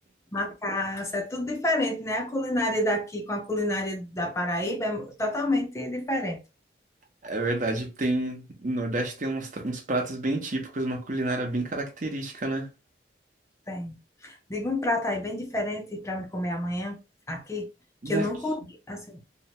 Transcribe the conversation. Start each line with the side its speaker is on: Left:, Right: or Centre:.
Left: macaça. É tudo diferente, né? A culinária daqui com a culinária da Paraíba é totalmente diferente.
Right: É verdade, tem. No Nordeste tem uns, tra- uns pratos bem típicos, uma culinária bem característica, né?
Left: Tem. Diga um prato aí bem diferente para me comer amanhã aqui,
Right: Daqui.
Left: que eu não comi. Assim,